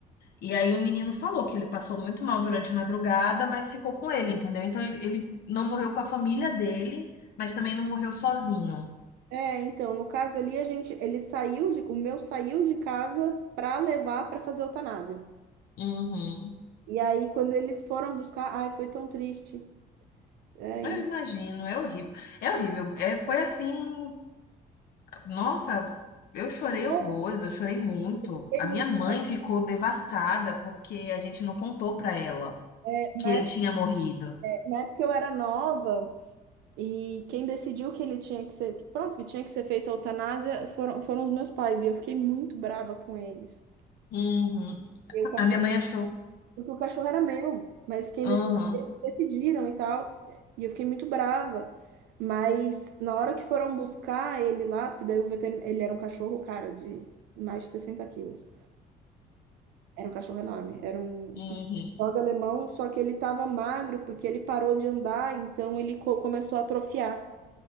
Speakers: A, on the left (about 65°); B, on the right (about 85°).
A: E aí o menino falou que ele passou muito mal durante a madrugada, mas ficou com ele, entendeu? Então ele, ele não morreu com a família dele, mas também não morreu sozinho.
B: É, então, no caso ali a gente, ele saiu de, o meu saiu de casa para levar para fazer eutanásia.
A: Uhum.
B: E aí quando eles foram buscar, ai, foi tão triste. É,
A: Eu
B: e-
A: imagino, é horrível. É horrível. É, foi assim, nossa, eu chorei
B: Pô,
A: horrores, eu chorei muito.
B: eu fiquei
A: A minha
B: muito.
A: mãe ficou devastada porque a gente não contou pra ela
B: É, Na
A: que ele
B: época,
A: tinha morrido.
B: na época eu era nova, E quem decidiu que ele tinha que ser, que pronto, que tinha que ser feita a eutanásia foram, foram os meus pais, e eu fiquei muito brava com eles.
A: Uhum.
B: Eu, cachorro,
A: A minha mãe achou.
B: porque o cachorro era meu, mas quem
A: Uhum,
B: decidiu, decidiram e tal. E eu fiquei muito brava. Mas na hora que foram buscar ele lá, porque daí o veterinário, ele era um cachorro, cara, de mais de 60 quilos. Era um cachorro enorme, era um
A: uhum,
B: dog alemão, só que ele tava magro porque ele parou de andar, então ele co- começou a atrofiar.